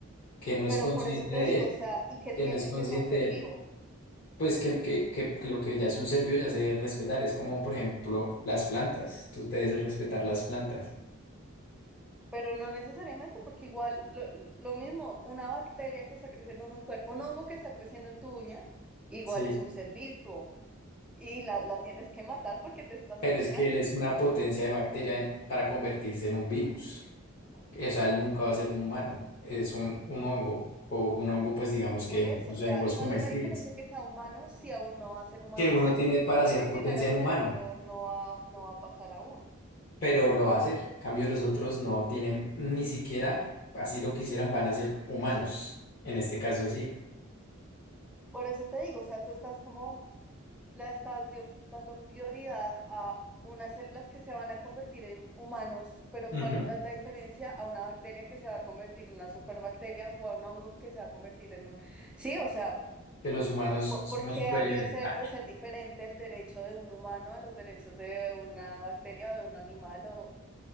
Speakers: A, on the left; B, in the centre.
A: que no
B: Pero
A: es consciente
B: por eso te
A: de
B: digo,
A: él,
B: o sea, y que tiene
A: que no es consciente
B: que ser un ser
A: de él.
B: vivo,
A: Pues que, que, que- que lo que ya es un ser vivo ya se debe respetar. Es como, por ejemplo, las plantas. Tú te debes respetar las plantas.
B: pero no necesariamente, porque igual lo, lo mismo, una bacteria que está creciendo en un cuerpo, un hongo que está creciendo en tu uña, igual
A: Sí.
B: es un ser vivo y la, la tienes que matar porque te está haciendo
A: Pero es
B: daño.
A: que él es una potencia de bacteria para convertirse en un virus. O sea, él nunca va a ser un humano. Es un, un hongo. O un hongo, pues digamos que
B: Por
A: incluso
B: eso, o sea,
A: hay hongos
B: ¿cuál
A: comestibles.
B: es la diferencia que sea humano si aún no va a ser humano?
A: Que uno
B: O sea,
A: tiene para
B: puede
A: hacer potencia
B: llegar a
A: en
B: ser,
A: humano.
B: pero no va, no va a pasar aún.
A: Pero lo va a hacer. En cambio, los otros no tienen ni siquiera, así lo quisieran, van a ser humanos. En este caso, sí.
B: Por eso te digo, o sea, tú estás como la estás dio- dando prioridad a unas células que se van a convertir en humanos, pero
A: Ujú.
B: ¿cuál es la diferencia a una bacteria que se va a convertir en una superbacteria o a un hongo que se va a convertir en un... Sí, o sea,
A: Que los humanos
B: po-
A: somos
B: ¿por qué
A: superiores.
B: habría ser-
A: Ah,
B: de ser diferente el derecho de un humano a los derechos de una bacteria o de un animal? O...